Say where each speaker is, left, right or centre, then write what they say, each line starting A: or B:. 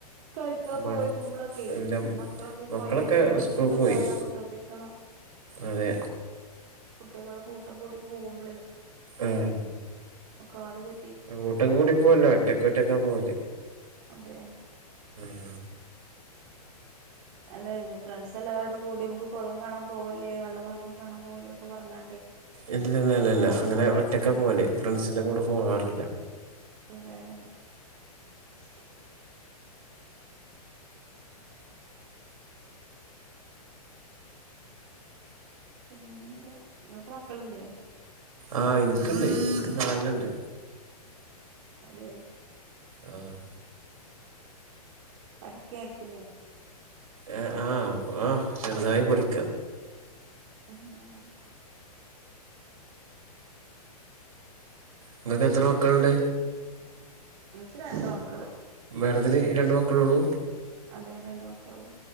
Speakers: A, on the right (about 45°); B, on the right (about 65°).
A: കളിക്കാ
B: മ
A: പോയേക്കുമ്പോളൊക്കെ
B: എല്ലാം
A: മക്കളൊക്കെ ഈ
B: മക്കളൊക്കെ
A: പൊയേലും കുളത്തിലൊക്കെ
B: സ്കൂളിൽ പോയി
A: ചാടണത് ശ്രദ്ധിക്കണം
B: അതെ
A: കുട്ടികള് കൂട്ടം കൂടി പോവുമ്പളേ
B: ആഹ്
A: പ്പ കാല് തെ
B: കൂട്ടും കൂടി പോവല്ല ഒറ്റക്ക ഒറ്റക്കാ പോവല്
A: അതെ
B: ഉം
A: അല്ല ഇ ഫ്രണ്ട്സ് എല്ലാവരോട് കൂടി മുക്ക് കുളം കാണാം പോവല്ലേ വെള്ളം നിറഞ്ഞ കാണാം പോവല്ലേ എന്നൊക്കെ പറഞ്ഞോണ്ടേ
B: ഇല്ലല്ലല്ലല്ല
A: പോവണ
B: അങ്ങനെ
A: സമയത്ത്
B: ഒറ്റക്കാ പോവല് ഫ്രണ്ട്സിന്റെ കൂടെ പോകാറില്ല
A: <unintelligible> പിന്നെന്താ നിങ്ങക്ക് മക്കളില്ലേ
B: ആഹ് എനിക്കണ്ട് എനിക്ക് നാലണ്ണ ണ്ട്
A: അതെ
B: ആഹ്
A: പഠിക്കായിരിക്കൂലേ
B: ഏ ആഹ് ആ ചെറുതായി പഠിക്ക
A: ആഹ്
B: ഇങ്ങക്ക് എത്ര മക്കളുണ്ട്
A: എനിക്ക് രണ്ട് മക്കള്
B: മേഡത്തിന് രണ്ട് മക്കള് ഉള്ളു
A: അതെ രണ്ട് മ ക്കള്